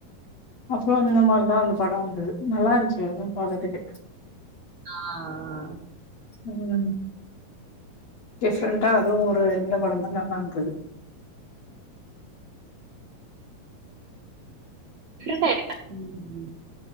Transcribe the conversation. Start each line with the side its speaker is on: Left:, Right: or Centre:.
Left: அப்புற இந்த மாரிதா அந்த படோ வந்தது நல்லாருந்துச்சு அது பாக்கறதுக்கு
Right: ஆ
Left: ம் டிஃப்ரெண்டா அதுவு ஒரு இந்த படமா நல்லாருந்தது
Right: இருங்க இருங்க ம் ம்